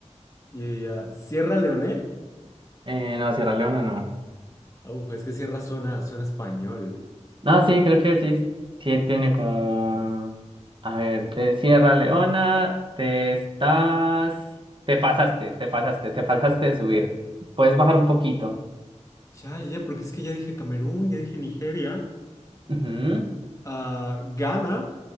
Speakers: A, on the left; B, on the right.
A: y ah, Sierra Leone.
B: Eh, no, Sierra Leona no.
A: Uf, es que Sierra suena, suena español.
B: No, sí, creo que sí. Sí tiene como... A ver, de Sierra Leona te estás... Te pasaste, te pasaste, te pasaste de subir. Puedes bajar un poquito.
A: Ya, ya, ya, porque es que ya dije Camerún, ya dije Nigeria,
B: Ujú,
A: ah, Ghana.